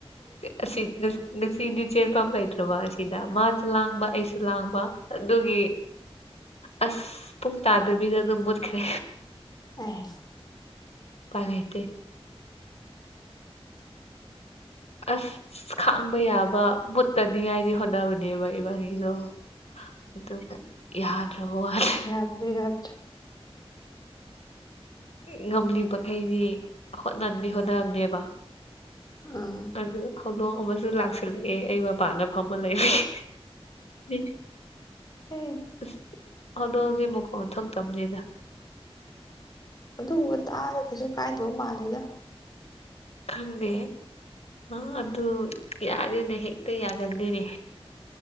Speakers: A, on the left; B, on the left.
A: ꯑꯁꯤ ꯉꯁꯤꯗꯤ ꯆꯦꯟꯐꯝ ꯂꯩꯇ꯭ꯔꯕ ꯑꯁꯤꯗ ꯃꯥ ꯂꯥꯡꯕ ꯑꯩꯁꯨ ꯂꯥꯡꯕ ꯑꯗꯨꯒꯤ ꯑꯁ ꯄꯨꯡ ꯇꯥꯗꯕꯤꯗ ꯑꯗꯨꯝ ꯃꯨꯠꯈ꯭ꯔꯦ
B: ꯑꯦ
A: ꯄꯥꯢ ꯂꯩꯇꯦ ꯑꯁ ꯈꯥꯡꯕ ꯌꯥꯕ ꯃꯨꯠꯇꯅꯤꯉꯥꯏꯗꯤ ꯍꯣꯠꯅꯕꯅꯦꯕ ꯏꯕꯥꯅꯤꯗꯣ ꯑꯗꯨꯒ ꯌꯥꯗ꯭ꯔꯕ ꯋꯥꯅꯦ
B: ꯌꯥꯗ꯭ꯔꯦ ꯌꯥꯗ꯭ꯔꯦ
A: ꯉꯝꯂꯤ ꯃꯈꯩꯗꯤ ꯍꯣꯠꯅꯗꯤ ꯍꯣꯠꯅꯕꯅꯦꯕ
B: ꯑꯥ
A: ꯑꯗꯨ ꯍꯧꯗꯣꯡ ꯑꯃꯁꯨ ꯂꯥꯛꯁꯤꯜꯂꯛꯑꯦ ꯑꯩꯕ ꯄꯥꯟꯗ ꯐꯝꯃ ꯂꯩꯕꯒꯤ ꯢ
B: ꯑꯦ
A: ꯑꯁ ꯍꯧꯗꯣꯡꯗꯤ ꯃꯈꯣꯟ ꯊꯣꯛꯇꯝꯅꯤꯗ
B: ꯑꯗꯨꯒꯨꯝꯕ ꯇꯥꯗ ꯀꯩꯁꯨ ꯀꯥꯏꯗꯕ ꯃꯥꯜꯂꯦꯗ
A: ꯈꯪꯗꯦꯍꯦ ꯑꯥ ꯑꯗꯨ ꯌꯥꯗꯦꯅꯦ ꯍꯦꯛꯇ ꯌꯥꯒꯟꯗꯦꯅꯦ